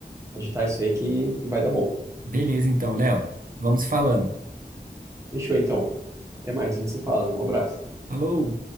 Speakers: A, on the right; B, on the right.
A: agitar isso aí que, que vai dar bom.
B: Beleza, então, Léo. Vamos falando.
A: Fechou então. Até mais, a gente se fala. Um abraço.
B: Falou!